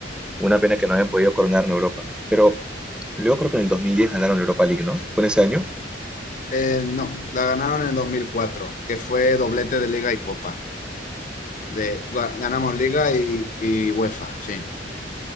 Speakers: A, in the centre; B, on the left.
A: Una pena que no hayan podido coronar en Europa. Pero Luego creo que en el 2010 ganaron la Europa League, ¿no? Fue en ese año.
B: Eh, no, la ganaron en el 2004, que fue doblete de Liga y Copa. De, gua- ganamos Liga y, y UEFA, sí.